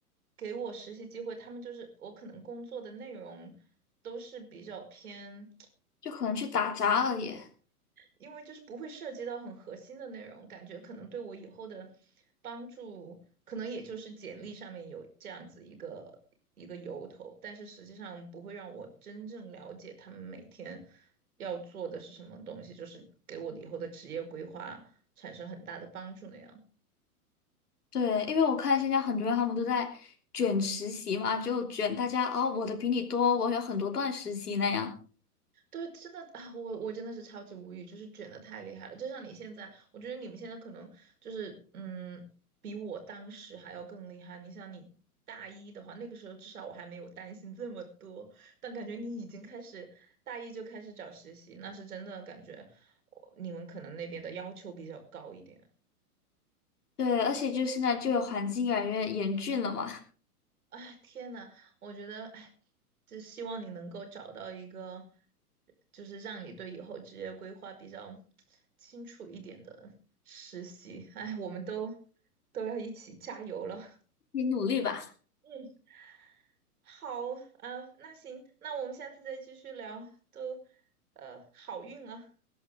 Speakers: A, on the right; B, on the left.
A: 给我实习机会，他们就是我可能工作的内容都是比较偏。
B: 就可能去打杂而已。
A: 因为就是不会涉及到很核心的内容，感觉可能对我以后的帮助，可能也就是简历上面有这样子一个一个由头，但是实际上不会让我真正了解他们每天要做的是什么东西，就是给我的以后的职业规划产生很大的帮助那样。
B: 对，因为我看现在很多人他们都在卷实习嘛，就卷大家哦，我的比你多，我有很多段实习那样。
A: 对，真的啊，我我真的是超级无语，就是卷的太厉害了。就像你现在，我觉得你们现在可能就是，嗯，比我当时还要更厉害。你想，你大一的话，那个时候至少我还没有担心这么多，但感觉你已经开始大一就开始找实习，那是真的感觉我你们可能那边的要求比较高一点。
B: 对，而且就现在就业环境越来越严峻了嘛，
A: 哎，天呐，我觉得，哎，就希望你能够找到一个，就是让你对以后职业规划比较清楚一点的实习。哎，我们都都要一起加油了。
B: <laughs> 你努力吧。
A: 嗯，<laughs> 好，啊，那行，那我们下次再继续聊，都，呃，好运啊，